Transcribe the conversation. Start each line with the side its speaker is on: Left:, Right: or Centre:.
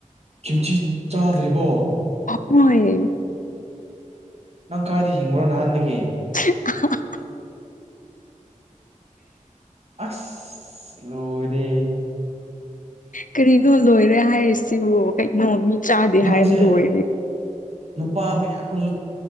Right: ꯀꯤꯝꯆꯤ ꯆꯥꯗ꯭ꯔꯤꯕꯣ꯫
Left: ꯍꯣꯏ꯫
Right: ꯅꯪ ꯀꯥꯏꯗ ꯍꯤꯡꯕ꯭ꯔꯣ ꯅꯍꯥꯟꯗꯒꯤ꯫
Left: <unintelligible>
Right: ꯑꯁ ꯂꯣꯏꯔꯦ꯫
Left: ꯀꯔꯤꯅꯣ ꯂꯣꯏꯔꯦ ꯍꯥꯏꯔꯤꯁꯤꯕꯨ ꯀꯩꯅꯣ ꯃꯤ ꯆꯥꯗꯦ
Right: ꯅꯪꯖꯦ
Left: ꯍꯥꯏꯔ ꯂꯣꯏꯔꯦ
Right: ꯅꯨꯄꯥ ꯃꯌꯥꯝꯁꯨ